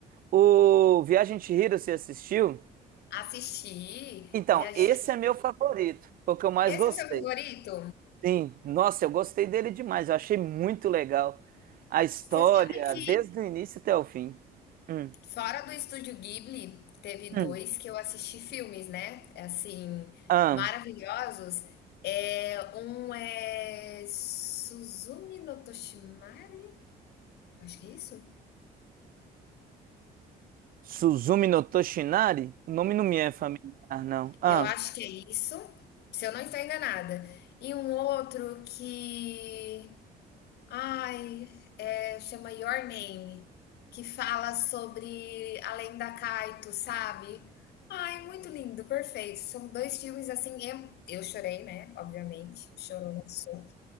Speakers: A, on the right; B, on the left.
A: O Viagem de Chihiro, você assistiu?
B: Assisti,
A: Então,
B: vi as
A: esse é meu favorito. Foi o que eu mais
B: Esse
A: gostei.
B: é seu favorito?
A: Sim, nossa, eu gostei dele demais, eu achei muito legal a história,
B: Você sabe que
A: desde o início até o fim. Hum.
B: fora do Estúdio Ghibli, teve
A: Hum.
B: dois que eu assisti filmes, né? Assim,
A: Ah,
B: maravilhosos. É, um é Suzumi no Toshimari? Acho que é isso?
A: Suzumi no Toshinari? O nome não me é familiar, não. Ah,
B: Eu acho que é isso, se eu não estou enganada. E um outro que Ai, é, chama Your Name, que fala sobre além da Kaito, sabe? Ai, muito lindo, perfeito. São dois filmes assim, eu, eu chorei, né? Obviamente, chorou, não sou.